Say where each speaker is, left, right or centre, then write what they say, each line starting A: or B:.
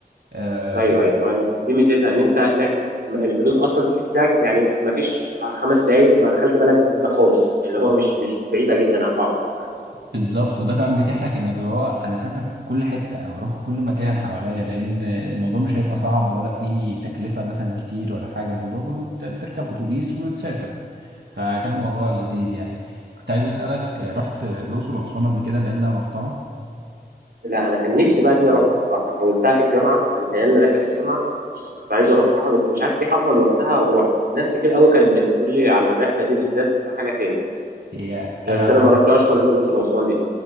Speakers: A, on the right; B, on the right.
A: آه،
B: ايوه ايوه ما دي ميزتها ان انت هناك م- الحدود اصلا تحسها ك- يعني ما فيش خمس دقايق تبقى دخلت بلد جديده خالص اللي هو مش مش بعيده جدا عن بعض
A: بالظبط وده كمان بيتيح لك انك هو انا اسافر كل حته او اروح كل مكان حواليا لان الموضوع مش هيبقى صعب ولا فيه تكلفه مثلا كتير ولا حاجه الموضوع كله بت- بتركب اتوبيس وتسافر فكان الموضوع لذيذ يعني كنت عايز اسالك رحت الاقصر واسوان قبل كده لان انا رحتها
B: لا انا كان نفسي بقى دي اروحها صراحه فوتها في الجامعه كان جاي لنا رحله في الجامعه كنت عايز اروحها بس مش عارف ايه حصل وقتها ورحت ناس كتير قوي كانت بتقول لي على الرحله دي بالذات حاجه تاني
A: هي انا
B: بس انا ما رحتهاش خالص الاقصر واسوان دي